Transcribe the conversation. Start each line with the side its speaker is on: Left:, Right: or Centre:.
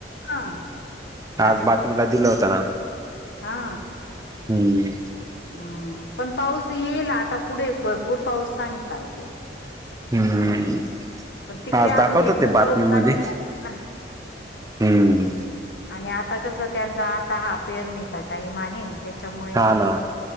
Left: हा
Right: आज
Left: अरे बाबा
Right: बातमीला दिलं होतं ना
Left: हा
Right: हम्म
Left: हम पण पाऊस येईला आता पुढे भरपूर पाऊस सांगताय ते
Right: हम्म
Left: पण तिकडे
Right: आज
Left: अजून
Right: दाखवत
Left: एक
Right: ते
Left: बी
Right: बातमीमध्ये
Left: पाऊस झालेला ना
Right: हम्म
Left: आणि आता कसं त्यांचा आता हा पेरणीचा टाइम आहे त्याच्यामुळे
Right: हा ना